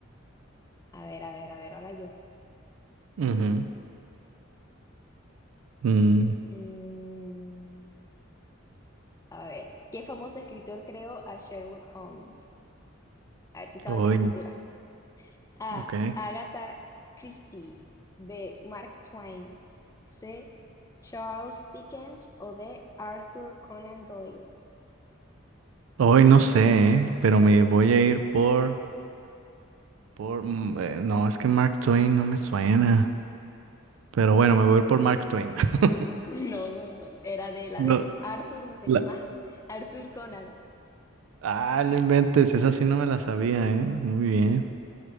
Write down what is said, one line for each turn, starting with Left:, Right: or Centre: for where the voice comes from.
Left: A ver, a ver, a ver, ahora yo.
Right: Ujú. Mm,
Left: Mm, a ver, ¿qué famoso escritor creó a Sherlock Holmes? A ver si sabes
Right: oye,
Left: de escritura. A.
Right: ok.
Left: Agatha Christie. B. Mark Twain. C. Charles Dickens o D. Arthur Conan Doyle.
Right: Hoy no sé, eh, pero me voy a ir por, por, mm, eh, no, es que Mark Twain no me suena. Pero bueno, me voy a ir por Mark Twain. <laughs>
Left: <laughs> No, no, no. Era de la
Right: No,
Left: de Arthur, no sé
Right: la-
Left: qué más. <laughs> Arthur Conan.
Right: Ah, no inventes, esa sí no me la sabía, ¿eh? Muy bien.